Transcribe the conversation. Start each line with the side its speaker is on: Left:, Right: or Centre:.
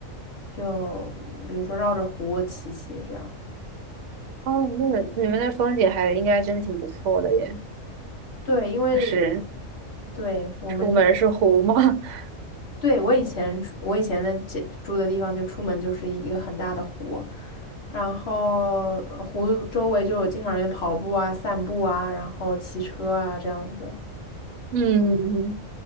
Left: 就嗯比如说绕着湖骑骑这样。
Right: 哦，那个你们那风景还应该真的挺不错的耶，
Left: 对，因为
Right: 是
Left: 对我们这。
Right: 出门儿是湖嘛，<laughs>
Left: 对，我以前住我以前的这住的地方，就出门就是一个很大的湖，然后呃湖周围就有经常人跑步啊、散步啊，然后骑车啊这样子。
Right: 嗯，